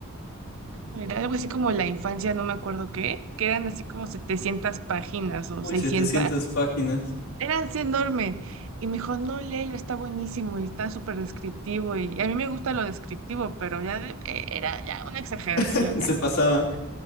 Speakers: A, on the right (about 65°); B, on the left (about 80°).
A: era algo así como la infancia, no me acuerdo qué, que eran así como 700 páginas o
B: Uy,
A: seiscientas
B: 700 páginas.
A: Era así enorme. Y me dijo, no, léelo, está buenísimo y está súper descriptivo. Y, a mí me gusta lo descriptivo, pero ya de- eh, era ya una exageración.
B: <laughs> Se
A: Ya.
B: pasaban